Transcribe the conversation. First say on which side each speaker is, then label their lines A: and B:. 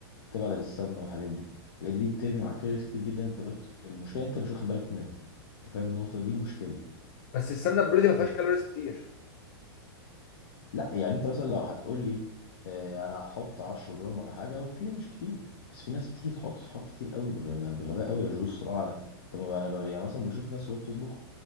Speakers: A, on the left; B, on the left.
A: تبعد عن السمنه والحاجات دي الحاجات دي بترمي معاك كالوريز كتير جدا انت بقيت المشكله انت مش واخد بالك منها انت فاهم النقطه دي المشكله
B: بس السمنه البلدي ما فيهاش
A: انت...
B: كالوريز كتير
A: لا يعني انت مثلا لو هتقول لي اه انا هحط 10 جرام ولا حاجه اوكي مش كتير بس في ناس بتيجي تحط تحط كتير قوي بغ... بغباء قوي يا جو الصراحه على طب ما انا ب... يعني مثلا بشوف ناس وهي بتطبخ